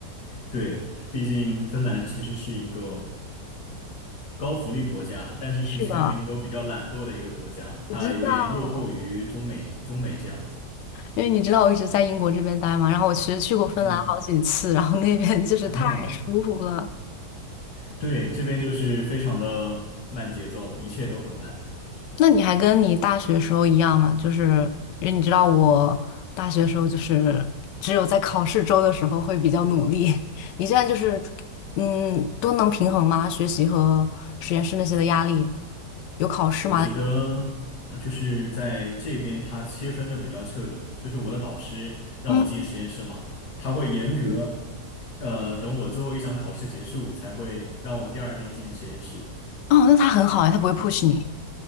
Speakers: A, on the left; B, on the left.
A: 对，毕竟芬兰其实是一个。高福利国家，但是是全民都比较懒惰的一个国家，
B: 是的，我知道。
A: 它有点落后于中美中美这样子。
B: 因为你知道我一直在英国这边待嘛，然后我其实去过芬兰好几次，
A: 嗯
B: 然后那边就是太舒服了。
A: 啊，对，这边就是非常的慢节奏，一切都很慢。
B: 那你还跟你大学时候一样吗？就是因为你知道我大学时候就是只有在考试周的时候会比较努力，<laughs> 你现在就是嗯都能平衡吗？学习和实验室那些的压力，有考试吗？
A: 我觉得呃就是在这边它切分的比较彻底，就是我的导师让我进实验室嘛，
B: 嗯，
A: 他会严格呃等我最后一场考试结束才会让我第二天进实验室。
B: 哦，那他很好哎，他不会 push 你，